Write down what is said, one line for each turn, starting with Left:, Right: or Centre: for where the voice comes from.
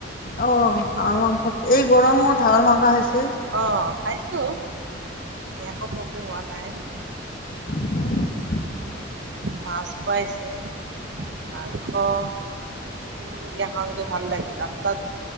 Left: অ হাঁহৰ মাংস
Right: অ
Left: এই গৰমত হাঁহৰ মাংস খাইছা
Right: অ খাইছো। একো প্ৰব্লেম হোৱা নাই।
Left: আহ।
Right: মাছ খোৱাইছে, মাংস। পুৰাণা বিয়া খাওঁতে ভাল লাগিল আৰু তাত।